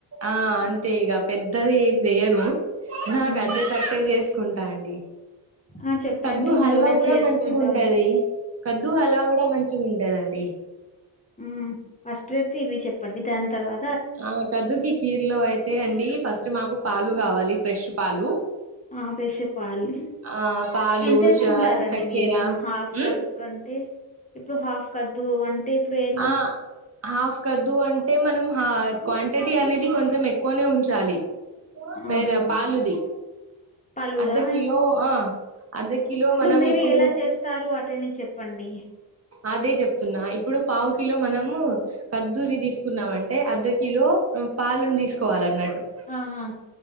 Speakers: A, on the right; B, on the left.
A: ఆ అంతే ఇక పెద్దది ఏం చెయ్యను నా
B: హ్మ్
A: కచ్చిటట్టే చేసు కుంటా అండి
B: ఆ చెప్పండి
A: కద్దు హల్వా
B: మేము
A: కూడా
B: చేసుకుంటాం
A: మంచిగా ఉంటది కద్దు హల్వా కూడా మంచిగుంటదండి
B: ఉమ్ మ్ మస్ట్ యితే ఇవి చెప్పండి దాన్ తర్వా
A: ఆ కద్దుకి కిర్ లో అయితే అండి ఫస్ట్ మాకు పాలు కావాలి ఫ్రెష్ పాలు
B: ఆ ఫ్రెష్ పాలు
A: ఆ పాలు
B: ఎంతేసుకుంటారండి
A: జ చక్కెర
B: మీరు హాఫ్
A: ఉమ్
B: వర్ అంటే ఇప్పుడు హాఫ్ కద్దు వంటి పేల
A: ఆ హాఫ్ కద్దు అంటే మనం హా క్వాంటిటీ అనేది కొంచెం ఎక్కువనే ఉంచాలి వేరే
B: ఆహా
A: పాలుది
B: పలుదా
A: అర్ధ కిలో ఆ అర్ధ కిలో మనం
B: మీరు
A: ఇప్పుడు
B: ఎలా చేస్తారు అటని చెప్పండి
A: అదే చెప్తున్నా ఇప్పుడు పావుకిిలో మనము కద్దూరి తీసుకున్నామంటే అర్ధ కిలో పాలను తీసుకోవాలన్నట్టు
B: ఆహా